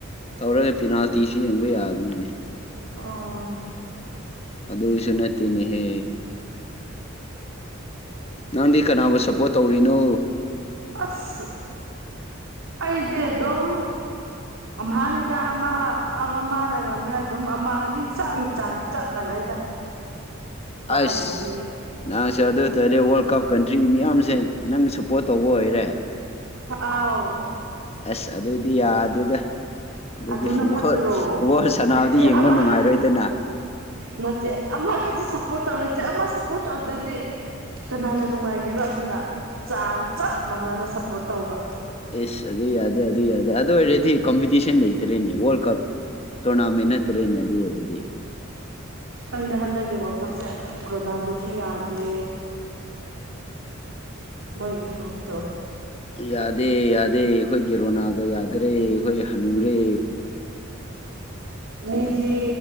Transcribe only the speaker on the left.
ꯇꯧꯔꯒ ꯄꯤꯅꯥꯜꯇꯤꯁꯨ ꯌꯦꯡꯕ ꯌꯥꯕꯅꯤꯅꯦ
ꯑꯗꯁꯨꯅꯇꯅꯤꯍꯦ ꯅꯪꯗꯤ ꯀꯅꯥꯕꯨ ꯁꯞꯄꯣꯔꯠ ꯇꯧꯔꯤꯅꯣ
ꯑꯁ
ꯅꯍꯪꯁꯦ ꯑꯗꯨ ꯑꯣꯏꯇꯥꯔꯗꯤ ꯋꯥꯔꯜ ꯀꯞ ꯀꯟꯇ꯭ꯔꯤ ꯃꯤꯌꯥꯝꯁꯦ ꯅꯪ ꯁꯞꯄꯣꯔꯠ ꯇꯧꯕ ꯑꯣꯏꯔꯦ
ꯑꯁ ꯑꯗꯨꯑꯣꯏꯗꯤ ꯌꯥꯗꯦꯗ ꯑꯗꯨꯗꯤ
ꯐꯨꯠꯕꯣꯜ
ꯐꯨꯠꯕꯣꯜ ꯁꯅꯥꯕꯨꯗꯤ
ꯌꯦꯡꯕ
ꯅꯨꯡꯉꯥꯏꯔꯣꯏꯗꯅ
ꯏꯁꯁ ꯑꯗꯨ ꯌꯥꯗꯦ ꯑꯗꯨ ꯌꯥꯗꯦ ꯑꯗꯨ ꯑꯣꯏꯔꯗꯤ ꯀꯝꯄꯤꯇꯤꯁꯟ ꯂꯩꯇꯔꯦꯅꯦ ꯋꯥꯔꯜ ꯀꯞ ꯇꯣꯅꯥꯃꯤ ꯅꯠꯇ꯭ꯔꯦꯅꯦ ꯑꯗꯨ ꯑꯣꯏꯕꯗꯤ
ꯌꯥꯗꯦ ꯌꯥꯗꯦ ꯑꯩꯈꯣꯏ ꯒꯤꯒꯦꯔꯣꯅꯥꯗꯣ ꯌꯥꯗꯔꯦ ꯑꯩꯈꯣꯏ ꯍꯅꯨꯔꯦ